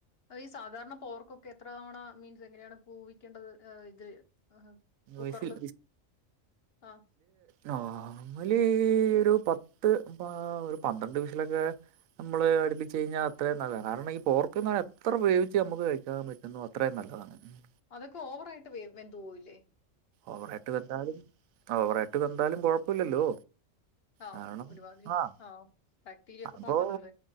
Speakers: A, on the left (about 50°); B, on the right (about 90°).
A: അപ്പ ഈ സാധാരണ പോർകൊക്കെ എത്ര തവണ മീൻസ് എങ്ങനെയാണ് കൂവിക്കേണ്ടത് അഹ് ഇത്? അ ആ കുക്കർല്
B: വിസിൽ
A: ആഹ്
B: നോർമലീ ഒരു പത്ത്പ ഒരു പന്ത്രണ്ട് വിസിലൊക്കെ നമ്മള് അടുപ്പിച്ച് കഴിഞ്ഞാൽ അത്രയും നല്ലാണ് കാരണം ഈ പോർക്ക്ന്ന് പറഞ്ഞൽ എത്ര വേവിച്ച് നമ്ക്ക് കഴിക്കാൻ പറ്റുന്നോ അത്രയും നല്ലതാ. അഹ്
A: അതക്കെ ഓവറായിട്ട് വെ വെന്തോവില്ലേ
B: ഓവറായിട്ട് വെന്താലും ഓവറായിട്ട് വെന്താലും കൊഴപ്പല്ലല്ലോ
A: ആ
B: കാരണം
A: ഒരുമാതിരി
B: ആഹ്
A: ആ ബാക്ടീരിയ ഒക്കെ
B: അപ്പോ
A: പോണല്ലോ അല്ലേ